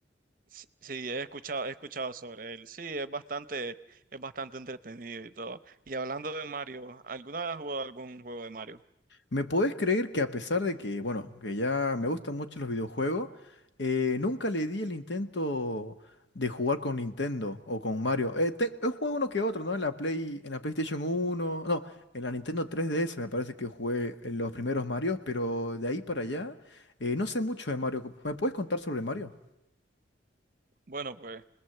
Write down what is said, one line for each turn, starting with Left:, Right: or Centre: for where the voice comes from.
Right: Sí, sí, he escuchado, he escuchado sobre él. Sí, es bastante, es bastante entretenido y todo. Y hablando de Mario, ¿alguna vez has jugado algún juego de Mario?
Left: ¿Me podés creer que a pesar de que, bueno, que ya me gustan mucho los videojuegos, eh, nunca le di el intento de jugar con Nintendo o con Mario? Eh, te- he jugado uno que otro, ¿no? En la Play, en la PlayStation uno, no, en la Nintendo 3DS me parece que jugué en los primeros Marios, pero de ahí para allá, eh, no sé mucho de Mario. ¿Me puedes contar sobre Mario?
Right: Bueno, pues.